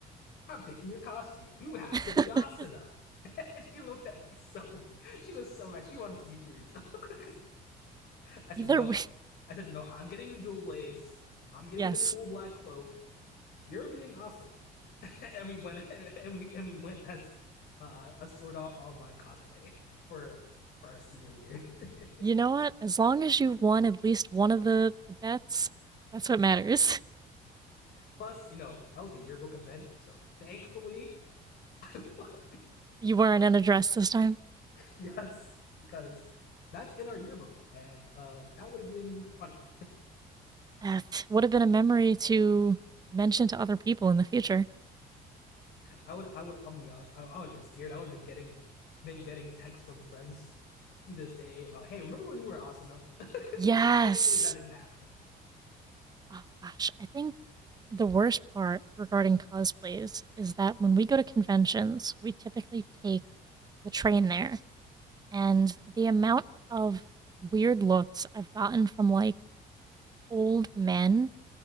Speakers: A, on the left; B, on the right.
A: I'm picking your costume. You have
B: <laughs>
A: to be Asuna." <laughs> and she looked at me so she was so mad. She wanted to be Kirito. <laughs> I said
B: Either
A: no.
B: way,
A: I said no. I'm getting the dual blades. I'm getting
B: yes.
A: the cool black cloak you're being Asuna, <laughs> and we went <laughs> and we and we went as uh, a sort out online cosplay <laughs> for for our senior year. <laughs>
B: You know what? As long as you won at least one of the, the bets, that's what matters. <laughs>
A: Plus, you know that was a yearbook event, so thankfully, <laughs>
B: You weren't in a dress this time.
A: yes, because that's in our yearbook, and uh, that would have been funny.
B: That would have been a memory to mention to other people in the future.
A: I would I would I'm gonna be honest, I, I would have been scared. I would have been getting been getting texts from friends to this day about, hey, remember when you were Asuna? <laughs>
B: Yes.
A: Thankfully, that didn't happen.
B: Oh gosh, I think the worst part regarding cosplays is that when we go to conventions, we typically take the train there, and the amount of weird looks I've gotten from like old men